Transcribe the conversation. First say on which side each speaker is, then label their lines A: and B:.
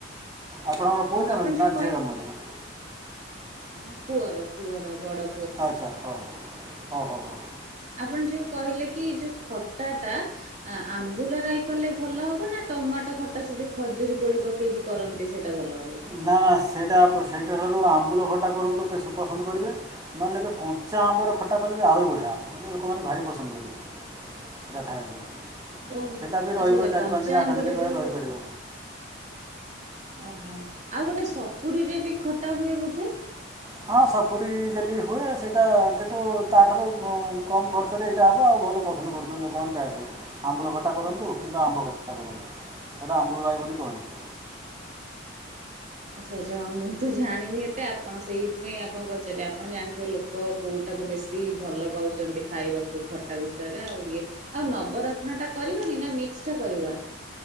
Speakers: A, on the right (about 20°); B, on the right (about 35°).
A: ଆପଣଙ୍କର ପୁଅ ଜନ୍ମ
B: ଆପଣ ଯୋଉ
A: ନା ଝିଅ ଜନ୍ମଦିନ?
B: ଆଁ ପୁଅର ପୁଅର ବଡ
A: ଆଚ୍ଛା ହୋଉ ହୋଉ ହୋଉ ହୋଉ।
B: ଆପଣ ଯୋଉ କହିଲେ କି ଯୋଉ ଖଟାଟା ଆ ଆମ୍ବୁଲ ରାଇ କଲେ ଭଲ ହବ ନା ଟମାଟୋ ଖଟା ସେ ଯୋଉ ଖଜୁରୀ କୋଳିି ପ ପକେଇକି କରନ୍ତି ସେଇଟା ଭଲ ହେବ।
A: ନା ନା ସେଇଟା ଆପୁ ସେଇଟା ଠାରୁ ଆମ୍ବୁଲ ଖଟା କରନ୍ତୁ ବେସି ପସନ୍ଦ କରିବେ। ନହେଲେ ଏବେ କଞ୍ଚା ଆମ୍ବରେ ଖଟା କଲେ ବି ଆହୁରି ବଢ଼ିଆ ହବ ମାନେ ଲୋକମାନେ ଭାରି ପସନ୍ଦ କରିବେ। ସେଇଟା ଖାଇବାକୁ
B: ଓ
A: ସେଇଟା ବି ରହିବ
B: ଆଚ୍ଛା ଆଚ୍ଛା
A: ଚାରି
B: କଞ୍ଚା
A: ପାଞ୍ଚ ଦିନି ଆଠ
B: ଆମ୍ବରେ
A: ଦିନି ପର୍ଯ୍ୟନ୍ତ
B: ଯୋଉ
A: ରହିପାରିବ।
B: ଓହୋ ଆଉ ଗୋଟେ ସପୁରୀରେ ବି ଖଟା ହୁଏ ବୋଧେ?
A: ହଁ ସପୁରୀ ଯେଲି ହୁଏ ସେଇଟା କିନ୍ତୁ ତାଠାରୁ କମ୍ ଖର୍ଚ୍ଚରେ ଏଇଟା ହେବ ଆଉ ଭଲ ପସନ୍ଦ କରୁ ଲୋକମାନେ ଖାଇବା ପାଇଁ ଆମ୍ବୁଲ ଖଟା କରନ୍ତୁ କିମ୍ବା ଆମ୍ବ ଖଟା କରନ୍ତୁ ସେଇଟା ଆମ୍ବୁଲ ରାଇ ବୋଲି କହନ୍ତି।
B: ଆଚ୍ଛା ଆଚ୍ଛା ହଁ ମୁଁ ତ ଜାଣିନି ଏତେ ଆପଣ ସେଇଥିପାଇଁ ଆପଣଙ୍କୁ ପଚାରିଲି ଆପଣ ଜାଣିଥିବେ ଲୋକ କଉଟାକୁ ବେଶୀ ଭଲ ପାଉଛନ୍ତି ଖାଇବାକୁ ଖଟା ବିଷୟରେ ଆଉ ଇଏ ଆଉ ନବରତ୍ନ ଟା କରିବାନି ନା ମିକ୍ସ୍ ଟା କରିବା?